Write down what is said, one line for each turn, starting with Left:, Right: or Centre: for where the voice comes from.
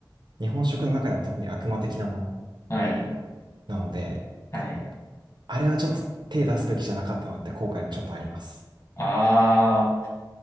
Right: 日本食の中でも特に悪魔的なもの
Left: はい。
Right: なので、
Left: はい。
Right: こう、あれはちょっと手出すべきじゃなかったなって後悔もちょっとあります。
Left: ああ、